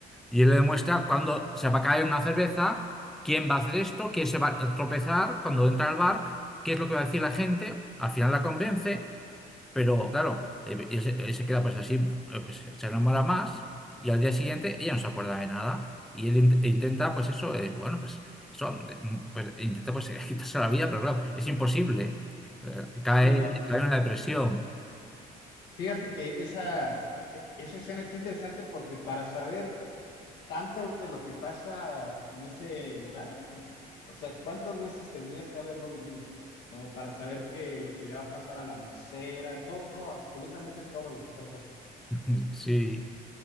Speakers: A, in the centre; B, on the left (about 90°).
A: y él le muestra cuándo se va a caer una cerveza, quién va a hacer esto, quién se va a tropezar cuando entra al bar, qué es lo que va a decir la gente. Al final la convence. Pero claro, eh, él, se él se queda pues así, eh, pues se enamora más y al día siguiente ella no se acuerda de nada y él int- e intenta pues eso, eh, bueno, pues eso, de- pues intenta pues eh, <laughs> quitarse la vida, pero claro, es imposible. Eh, cae,
B: sí, no.
A: cae en una depresión.
B: Fíjate que esa, e- e- esa escena está interesante porque para saber tanto de lo que pasa en ese lugar? O sea, ¿cuántas veces tendrías que haberlo vivido? Como para saber que lo que le va a pasar a la mesera, todo, todo, absolutamente todo lo que pasa.
A: <laughs> Sí.